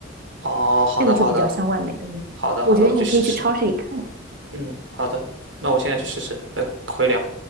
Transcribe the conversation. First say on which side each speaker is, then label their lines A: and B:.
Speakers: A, on the right; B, on the right.
A: 哦，好的，
B: 那个就比较像外面的味道。
A: 好的，好的，好的，
B: 我觉得你可以去超市里看看。
A: 我去试试。嗯，好的，那我现在去试试，呃，回聊。